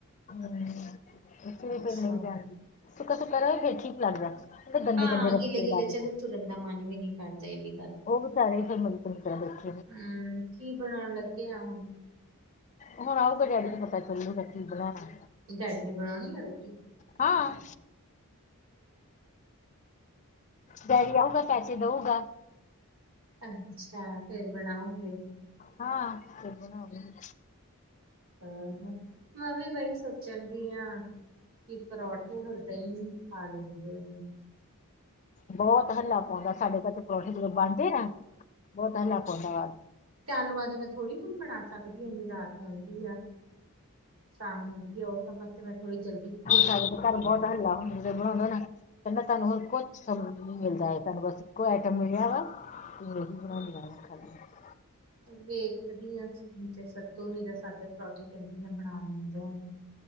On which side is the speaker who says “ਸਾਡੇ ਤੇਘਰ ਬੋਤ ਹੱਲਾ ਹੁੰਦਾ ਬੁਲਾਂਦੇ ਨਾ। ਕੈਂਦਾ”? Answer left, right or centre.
Left